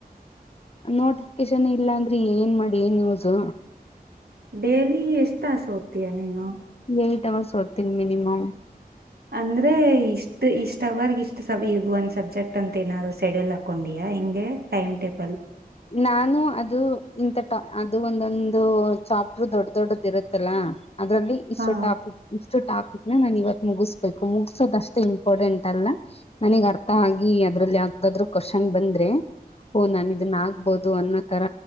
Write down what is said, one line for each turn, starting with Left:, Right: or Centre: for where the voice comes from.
Left: ನೋಟಿಫಿಕೇಶನ್ ಇಲ್ಲ ಅಂದ್ರೆ ಏನ್ ಮಾಡಿ ನ್ಯೂಸ್
Right: ಡೇಲಿ ಎಷ್ಟ್ ತಾಸು ಹೋಗ್ತಯಾ ನೀನು
Left: ಎಏ್ಟಟ್ ಅವರ್ಸ್ ಹೊತೀನ ಮಿನಿಮಮ
Right: ಅಂದ್ರೆ ಇಷ್ಟ ಇಷ್ಟ ಅವರ್ಗ ಇಷ್ಟ ಸ ಇದು ಅಂತ ಸಬ್ಜೆಕ್ಟ್ ಅಂತ ಏನಾದ್ರುೆ್ಯೂಲ್ ಹಾಕೊಂಡಿಯಾಿಂ ಟೈಮ್ ಟೇಬಲ್
Left: ನಾನು ಅದು ಮ ಅದು ಒಂದೊಂದು ಚಾಪರು ದೊಡ್ಡ ದೊಡ್ಡದ ಇರುತ್ತಲ್ಲ ಅದರಲ್ಲಿ ಇಷ್ಟು
Right: ಹಾ
Left: ಟಾಪಿಕ್ ಇಷ್ಟು ಟಾಪಿಕ್ ನಾನ್ ಇವತ್ ಮುಗಿಸ್ಬೇಕು ಮುಗಸೋದ ಅಷ್ಟೇ ಇಂಪಾರ್ಟೆಂಟ್ ಅಲ್ಲ ನನಗ್ ಅರ್ಥ ಆಗಿ ಅದ್ರಲ್ಲಿ ಯಾವ್ದಾದ್ರು ಕ್ವಶನ್ ಬಂದ್ರೆ ಓಹ ನಾನು ಇದನ್ನ ಆಗ್ಬೋದು ಅನ್ನೋ ತರ